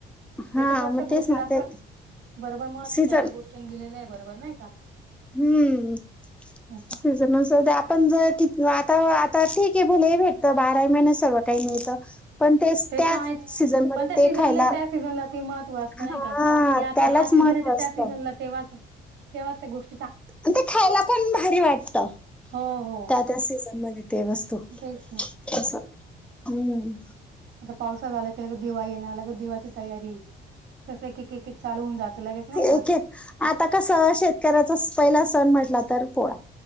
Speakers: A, in the centre; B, on the right.
A: हा
B: जसं प्रत्येक
A: मग
B: गोष्टीला
A: तेच ना
B: असं
A: ते
B: बरोबर महत्व
A: सीझन
B: त्या त्या गोष्टीं दिलेलं आहे बरोबर नाही.
A: हम्म
B: का?
A: सीजन नुसार ते आपण जर कि आता आता ठीक आहे भले भेटतं बारा महिन्यात सर्व काही मिळतं पण तेच
B: ते
A: त्याच
B: तर आहेच
A: सीझन मध्ये
B: पण त्या सीझनला
A: ते खायला
B: त्या सीझनला ती महत्व असतं
A: हा
B: नाही का
A: त्यालाच
B: <unintelligible> सीजन
A: महत्त्व
B: येत
A: असतं
B: त्या सीझनला तेव्हाच तेव्हा त्या गोष्
A: ते खायला पण भारी वाटतं.
B: हो हो
A: त्या त्या सीझन मध्ये ते वस्तू
B: तेच ना
A: असं हम्म.
B: आता पावसा झाला की लगेच दिवाळी येणार लगेच दिवाळीची तयारी. कसं एक एक एक चालू होऊन जातं लगेच नाही का
A: एक एक आता कस शेतकऱ्याचा पहिला सण म्हंटला तर पोळा.